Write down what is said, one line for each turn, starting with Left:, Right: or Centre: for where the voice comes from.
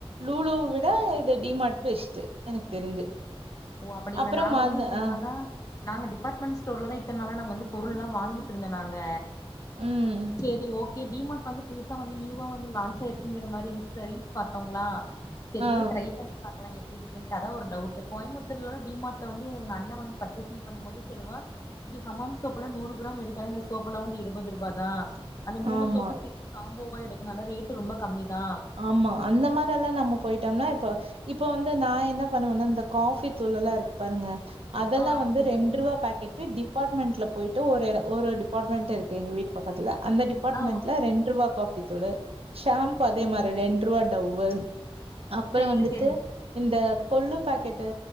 Right: லூலு விட இந்த டிமார்ட் பெஸ்ட் எனக்கு தெரிஞ்சு
Left: ஓ அப்படிங்க
Right: அப்புறம்
Left: நாங்க
Right: மத
Left: வந்து இப்ப என்னன்னா
Right: ஆ,
Left: நாங்க டிபார்ட்மெண்ட் ஸ்டோர்ல தா இத்தன் நாளா நாங்க வந்து பொருள்லா வாங்கிட்ருந்த நாங்க
Right: ம்.
Left: சேரி ஓ கே டி மார்ட் வந்து புதுசா வந்து நியூவா வந்து லான்ச் ஆயிருக்குங்கிற மாறி இன்ஸ்டா ரீல்ஸ் பாத்தோங்களா செரி
Right: ஆ,
Left: போய் ட்ரை பண்ணி பாக்கலா எப்டி இருக்குன்ட்டு அதா ஒரு டவுட்டு கோயம்புத்தூர்லலா டிமார்ட்ல வந்து எங்க அண்ண வந்து பர்ச்சேசிங் பண்ணும் போது சொல்லுவா இங்கெ ஹமாம் சோப்புலா நூறு கிராம் எடுத்தாலே இந்த சோப்பெல்லா வந்து இருபது ரூபா தா அந்த மூணு
Right: ஆமா.
Left: சோப்பு சேத்து காம்போவா எடுக்குறனால ரேட்டு ரொம்ப கம்மி தா
Right: ஆமா அந்த மாரெல்லா நம்ம போயிட்டம்னா இப்ப இப்ப வந் தா நா என்ன பண்ணுவனா இந்த காஃபி தூளெல்லா இருக்கு பாருங்க அதெல்லா
Left: ஆ ஆமா
Right: வந்து
Left: சிஸ்டர்
Right: ரெண்ட் ரூவா பாக்கெட்டு டிப் ப்பார்ட்மெண்ட்ல போயிட்டு ஒரேரு ஒரு டிபார்ட்மெண்ட் இருக்கு எங்க வீட்டு பக்கத்துல அந்த டிபார்ட்மெண்ட்ல
Left: ஆ ஓ
Right: ரெண்ட் ரூவா காஃபி தூளு ஷாம்பு அதே மாரி ரெண்டு ரூவா டவ்வு அப்பற
Left: செரிங்க
Right: வந்துட்டு
Left: செரிங்க
Right: இந்த கொள்ளு பாக்கெட்டு